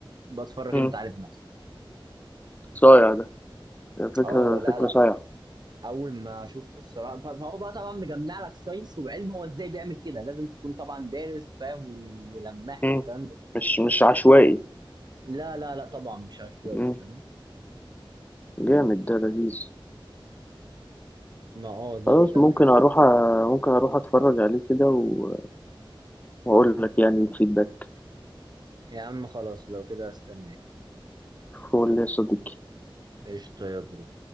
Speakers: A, on the right; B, on the left.
A: بتفرج
B: امم
A: انت عليه بنفسك
B: صايع ده فكره
A: اه لا
B: فكره
A: لا
B: صايعه
A: اول ما شفت الصراع فهو بقى طبعا مجمع لك ساينس وعلم هو ازاي بيعمل كده لازم تكون طبعا دارس فاهم ولماح
B: امم
A: والكلام ده كله
B: مش مش عشوائي
A: لا لا لا طبعا مش عشوائي
B: امم
A: فاهم
B: جامد ده لذيذ
A: ما اه زي
B: خلاص
A: اقول لك
B: ممكن
A: فيه
B: اروح أ- ممكن اروح اتفرج عليه كده و- واقول لك يعني الفيدباك
A: يا عم خلاص لو كده هستناك
B: قول لي يا صديقي
A: قشطة يا برو